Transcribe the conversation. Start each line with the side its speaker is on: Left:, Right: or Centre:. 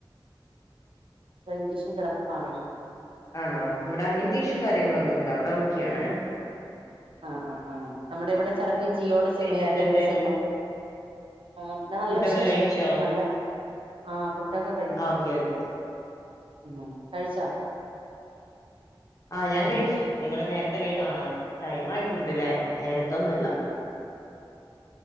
Right: റൈഞ്ച് ഇഷ്യൂ ചെലപ്പോ കാണിക്കും
Left: ആണോ ഇവിടെ അങ്ങനത്തെ ഇഷ്യവും കാര്യങ്ങളൊന്നും ഇല്ല ഇവിടെ ഓക്കയാണ്.
Right: ആ ആ ആ നമ്മുടെ ഇവിടെ ചിലപ്പോ ജിയോയുടെ സിമ്മ്
Left: പിന്നെ
Right: എയർടെലിന്റെ
Left: എന്തുണ്ട്
Right: സിമ്മ് ആ പിന്നെ നല്ല
Left: ഫുഡൊക്കെ
Right: വിശേഷം
Left: കഴിച്ചോ
Right: നല്ല ആഹ് ഫുഡൊക്കെ. കഴിച്ച്
Left: ഓക്കെ ഓക്കെ
Right: ആ കഴിച്ചാ.
Left: ആ ഞാൻ കഴിച്ചു നിങ്ങള് നേരത്തെ കഴ ആ ടൈം ആയിട്ടുണ്ട്ല്ലേ നേരത്തൊന്നുല്ല.